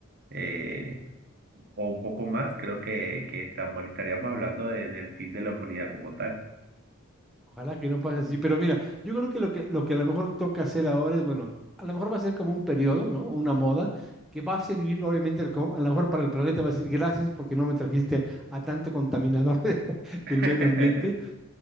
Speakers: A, on the right (about 45°); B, in the centre.
A: eh, o un poco más, creo que, que estamos, estaríamos hablando de- del fin de la humanidad como tal.
B: Ojalá que no pase así, pero mira, yo creo que lo que, lo que a lo mejor toca hacer ahora es, bueno, a lo mejor va a ser como un periodo, ¿no? Una moda que va a servir, obviamente, al co- a lo mejor para el planeta va a decir gracias porque no me trajiste a tanto contaminador <laughs> de-
A: <laughs>
B: del medio ambiente,